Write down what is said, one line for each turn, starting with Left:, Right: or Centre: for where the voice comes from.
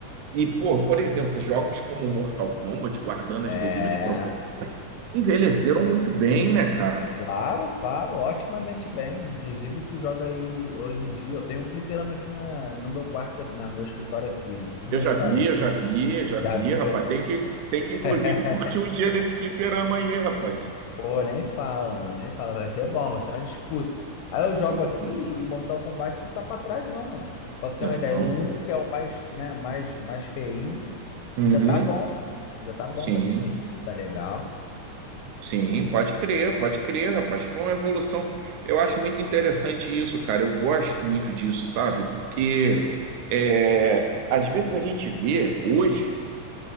Right: que, por por exemplo, jogos como Mortal Kombat, guardando as
Left: É.
Right: devidas proporções, envelheceram muito bem, né, cara?
Left: Claro, claro, otimamente bem. Inclusive, tu joga aí hoje em dia. Eu tenho um fliperama aqui na, no meu quarto, no meu escritório aqui, né? Não sei se
Right: Eu
Left: eu
Right: já
Left: já te
Right: vi,
Left: falei.
Right: eu já vi, eu já vi,
Left: Já viu,
Right: rapaz.
Left: né?
Right: Tem que, tem que
Left: <laughs>
Right: inclusive, curtir um dia desse fliperama aí, rapaz.
Left: Pô, nem fala, mano. Nem fala. Vai ser bom, vai ser uma disputa. Aí eu jogo
Right: Pode
Left: aqui
Right: crer.
Left: e Mortal Kombat não tá pra trás, não, mano. Pra tu ter
Right: Não.
Left: uma ideia, o 1, que é o mais, né, mais, mais feinho,
Right: Uhum.
Left: ainda tá bom. Ainda tá bom,
Right: Sim.
Left: tá definido, tá legal.
Right: Sim, pode crer, pode crer, rapaz. Foi uma evolução. Eu acho muito interessante isso, cara. Eu gosto muito disso, sabe? Porque é, às vezes a gente vê hoje.